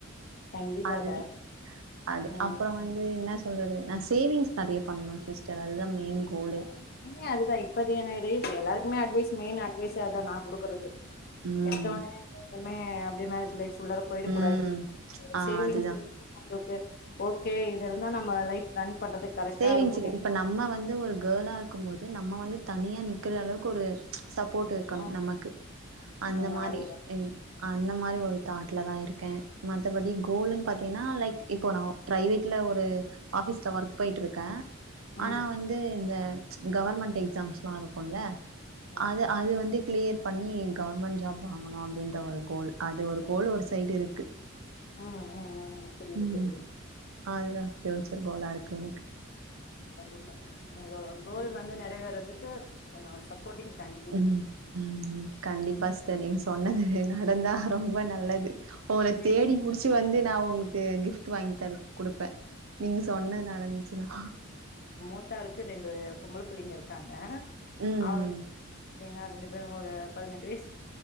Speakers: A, on the left; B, on the right.
A: கண்டிப்பாக
B: அது அது
A: ம்
B: அப்புறோ வந் து என்ன சொல்றது நா சேவிங்ஸ் நறைய பண்ணணு சிஸ்டர் அதுதா மெயின் கோலே
A: எல்லாமே அதுதா இப்ப <unintelligible> எல்லாருக்குமே அட்வைஸ் மெயின் அட்வைஸ் அதா நா குடுக்குறது
B: ம்
A: எடுத்தோனே <unintelligible> அப்டியே மேரேஜ் லைஃப் குள்ளற போயிடக்
B: ம்
A: கூடாது
B: ஆ
A: சேவி்ங்ஸ்
B: அதுதா
A: இரு <inaudible> நம்மளுக்கு ஓகே இது இருந்தா நம்ம லைஃப் ரன் பண்றது கரெக்டாருக்குமே
B: சேவிங்ஸுக்கு இப்ப நம்ம வந்து ஒரு கேர்ளா இருக்கும் போது நம்ம வந்து தனியா நிக்கிற அளவுக்கு ஒரு சப்போர்ட் இருக்கணு
A: ம்
B: நமக்கு அந்த
A: ம்
B: மாரி
A: அதேதா
B: இ அந்த மாரி ஒரு தாட்ல தா இருக்கே மத்தபடி கோல்ன்னு பாத்தீங்கன்னா லைக் இப்போ நா பிரைவேட்ல ஒரு ஆஃபீஸ்ல ஒர்க் போய்ட்டுருக்கே
A: ம்
B: ஆனா வந்து இந்த கவர்மெண்ட் எக்ஸாம்ஸ்லாருக்குல்ல
A: ம்
B: அது அது வந்து கிளியர் பண்ணி கவர்மெண்ட் ஜாப் வாங்கணு அப்டின்ற ஒரு கோல் அது ஒரு கோல் ஒரு சைடு இருக்கு
A: ம் ம் ம் புரியுது
B: ம்
A: புரியுது
B: அதுதா ஃபியூச்சர் கோலா இருக்கு எனக்கு
A: கண்டிப்பா உங்களோட கோல் வந்து நெறவேறதுக்கு என்னோட சப் போட்டிங் கண்
B: ம் ம் கண்டிப்பா ச தரி நீங்க சொன்னது நடந்தா ரொம்ப நல்லது உங்கள
A: பாத்தீங்கன்னா
B: தேடி புடிச் சு வந்து நா உங்களுக்கு கிஃப்ட் வாங்கி தரு குடுப்பே நீங்க சொன்னது நடந்துச்சுன்னா
A: மூத்தாருக்கு ரெண்டு பொம்பள புள்ளைங்க இருக்காங்க
B: ம்
A: அவள பாத்தீங்கன்னா ரெண்டு பேரு ஒரு பதினெட்டு வயசு